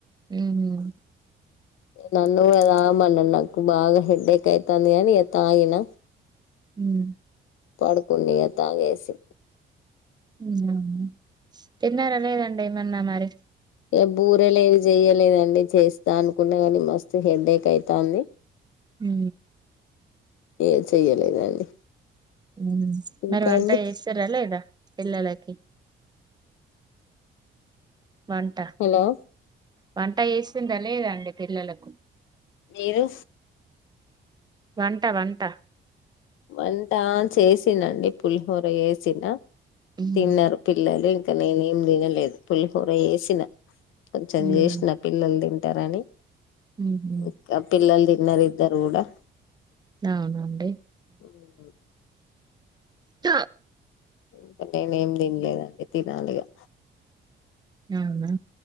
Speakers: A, on the right; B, on the left.
A: ఉహు
B: నన్ను కూడ తామన్నది నాకు బాగా హెడ్డేక్ అయితాంది గాని తాగిన
A: మ్
B: పడుకుండిగా తాగేసి
A: అవునా తిన్నారా లేదండేమన్నా మరి
B: ఇగ బూరెలేవి చెయ్యలేదండీ. చేస్తా అనుకున్న గానీ మస్తు హెడ్డేకైతాంది.
A: హు
B: ఏ చెయ్యలేదండి
A: ఉ
B: ఇంకా
A: మరి వంట
B: అండి
A: చేస్తారా లేదా పిల్లలకి వంట
B: హలో
A: వంట చేస్తుందా లేదాండి పిల్లలకు
B: మీరు
A: వంట వంట
B: వంటా చేసినండి పులిహోర యేసిన
A: ఉహు
B: తిన్నరు పిల్లలు ఇంకా నేనేం తినలేదు. పులిహోర ఏసిన కొంచెం
A: ఉహు
B: చేశ్న పిల్లలు తింటారనీ
A: ఉహు
B: ఒకా పిల్లలుతి వారిద్దరు గూడా
A: అవునండి
B: ఉహ్మ్
A: ట
B: ఇంక నేనేం దిన్లేదండి తినాలిగా
A: అవునా